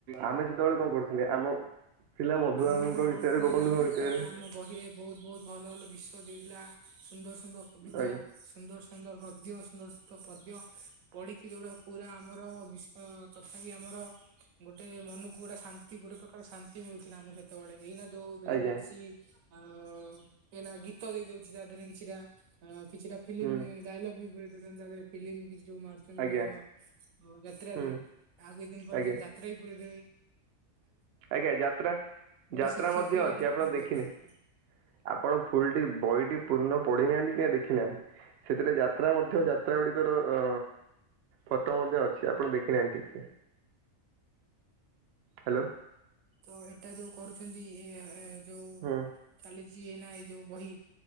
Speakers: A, on the right (about 65°); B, on the right (about 80°).
A: ଆମେ ସେ ସେତେବେଳେ କଣ କରୁଥିଲେ ଆମ ଥିଲା ମଧୁବାବୁଙ୍କ
B: ଆମ ଯେତବେଳେ ପଢୁଥିଲେ
A: ବିଷୟରେ ଗୋପବନ୍ଧୁଙ୍କ
B: ଆମ ସେତେବେଳେ
A: ବିଷୟରେ
B: ଆମ ବହିରେ ବହୁତ ବହୁତ ଭଲ ଭଲ ବିଷ ଦେଇଥିଲା। ସୁନ୍ଦର ସୁନ୍ଦର କବିତା
A: ଆଜ୍ଞା
B: ସୁନ୍ଦର ସୁନ୍ଦର ଗଦ୍ୟ ସୁନ୍ଦର ସୁନ୍ଦର ପ ଦ୍ୟ ପଢିକି ଯୋଉଟା ପୁରା ଆମର ବିସକ ତଥାପି ଆମର ଗୋଟେ ମନକୁ ଗୋଟେ ଶାନ୍ତି ଗୋଟେ ପ୍ରକାର ଶାନ୍ତି ମିଳୁଥିଲା ଆମକୁ ସେତେବେଳେ ଏଇନା ଯୋଉ ଦେଇ
A: ଆଜ୍ଞା
B: ଦେଇଛି ଆଉ ଏଇନା ଗୀତ ଦେଇ ଦଉଛି ତା ଦେହରେ କିଛିଟା କିଛିଟା ଫିଲ୍ମ
A: ହୁଁ
B: ଡାଇଲଗ ବି ପୁର ଦଉଛନ୍ତି ତାରେ ଫିଲ୍ମ କିଛି ଯୋଉ ମାରୁଛନ୍ତି
A: ଆଜ୍ଞା
B: ତାଙ୍କ ଯାତ୍ରାରେ
A: ହୁଁ
B: ଆଉ କିଛି ଦିନ ପରେ
A: ଆଜ୍ଞା
B: ଯ-ଯାତ୍ରା ର ବି ପୁରେଇ ଦେବେ।
A: ଆଜ୍ଞା ଯାତ୍ରା
B: ଗୋଟେ
A: ଯାତ୍ରା
B: ଶିକ୍ଷକ
A: ମଧ୍ୟ
B: ହେଇକି
A: ଅଛି ଆପଣ
B: କଣ
A: ଦେଖିଲେ।
B: କହିବେ ଆ ଭିତରେ?
A: ଆପଣ ଫୁଲଟି ବହିଟି ପୂର୍ଣ୍ଣ ପଢିନାହାନ୍ତି। କିଆ ଦେଖିନାହାନ୍ତି ସେଥିରେ ଯାତ୍ରା ମଧ୍ୟ ଯାତ୍ରା ଗୁଡିକର ଅ ଫଟୋ ମଧ୍ୟ ଅଛି ଆପଣ ଦେଖିନାହାନ୍ତି ଠିକସେ। ହ୍ୟାଲୋ।
B: ତ ଏଇଟା ଯୋଉ କରୁଛନ୍ତି ଏ-ଏ ଯୋଉ
A: ହୁଁ
B: ଚାଲିଛି ଏନା ଏ ଯୋଉ ବହି।